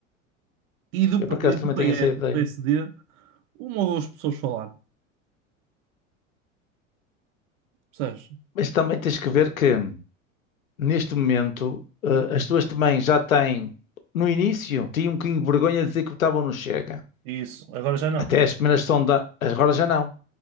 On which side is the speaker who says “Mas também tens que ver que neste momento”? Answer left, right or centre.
Left